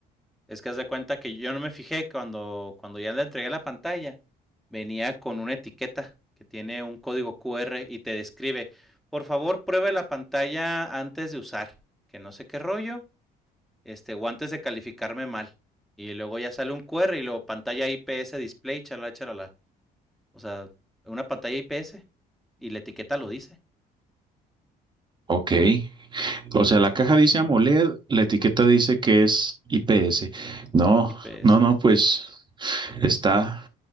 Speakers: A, in the centre; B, on the right.
A: Es que haz de cuenta que yo no me fijé cuando, cuando ya le entregué la pantalla. Venía con una etiqueta que tiene un código Q R y te describe, por favor, pruebe la pantalla antes de usar, que no sé qué rollo, este, o antes de calificarme mal. Y luego ya sale un Q R y luego pantalla I P S display, chalala, chalala. O sea, una pantalla I P S y la etiqueta lo dice,
B: Ok. O sea, la caja dice AMOLED, la etiqueta dice que es IPS. No,
A: I P
B: no,
A: S
B: no, pues está.